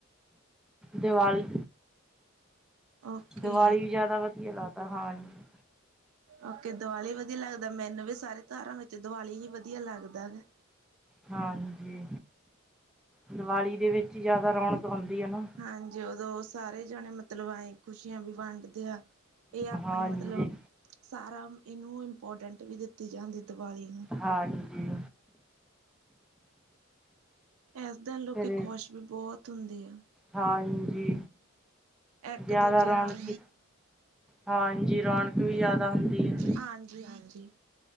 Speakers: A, in the centre; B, on the right.
A: ਦੀਵਾਲੀ
B: ਓਕੇ
A: ਦੀਵਾਲੀ ਵੀ ਜਿਆਦਾ ਵਧੀਆ ਲੱਗਦਾ, ਹਾਂਜੀ
B: ਓਕੇ ਦੀਵਾਲੀ ਵਧੀਆ ਲੱਗਦਾ, ਮੈਨੂੰ ਵੀ ਸਾਰੇ ਤਿਉਹਾਰਾਂ ਵਿੱਚ ਦੀਵਾਲੀ ਹੀ ਵਧੀਆ ਲੱਗਦਾ ਹੈਗਾ
A: ਹਾਂਜੀ, ਦੀਵਾਲੀ ਦੇ ਵਿੱਚ ਹੀ ਜਿਆਦਾ ਰੌਣਕ ਆਉਂਦੀ ਹੈ ਨਾ
B: ਹਾਂਜੀ ਉਦੋਂ ਸਾਰੇ ਜਾਣੇ ਮਤਲਬ ਆਏ ਖੁਸ਼ੀਆਂ ਵੀ ਵੰਡਦੇ ਆ ਇਹ ਆਪਣੇ
A: ਹਾਂਜੀ
B: ਮਤਲਬ, ਸਾਰਾ ਇਹਨੂੰ ਇੰਪੋਰਟੈਂਟ ਵੀ ਦਿੱਤੀ ਜਾਂਦੀ ਦੀਵਾਲੀ ਨੂੰ
A: ਹਾਂਜੀ।
B: ਇਸ ਦਿਨ ਲੋਕੀ
A: ਫਿਰ
B: ਖ਼ੋਸ਼ ਵੀ ਬਹੁਤ ਹੁੰਦੇ ਆ।
A: ਹਾਂਜੀ
B: ਇੱਕ
A: ਜ਼ਿਆਦਾ
B: ਦੂਜੇ
A: ਰੌਣਕ
B: ਨਾਲ
A: ਹਾਂਜੀ, ਰੌਣਕ ਵੀ ਜਿਆਦਾ ਹੁੰਦੀ ਹੈ
B: ਹਾਂਜੀ-ਹਾਂਜੀ।